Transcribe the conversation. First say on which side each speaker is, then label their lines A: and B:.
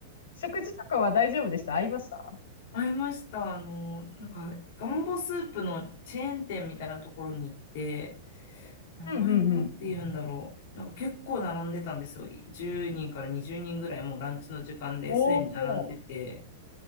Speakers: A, on the left (about 80°); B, on the left (about 45°).
A: 食事とかは大丈夫でした合いました
B: 会いました。あの、なんか、ガンボスープのチェーン店みたいなところに行って、名前なんて言うんだろう。
A: うん、うん、うん。
B: なんか結構並んでたんですよ。10人から20人ぐらいもうランチの時間ですでに並んでて。
A: おお。